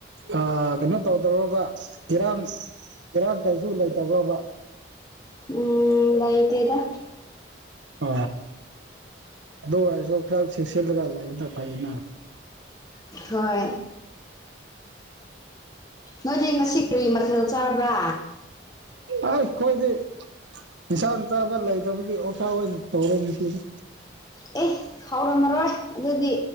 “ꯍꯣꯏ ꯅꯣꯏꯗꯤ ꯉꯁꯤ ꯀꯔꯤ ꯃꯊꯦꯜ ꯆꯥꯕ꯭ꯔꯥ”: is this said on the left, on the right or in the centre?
Left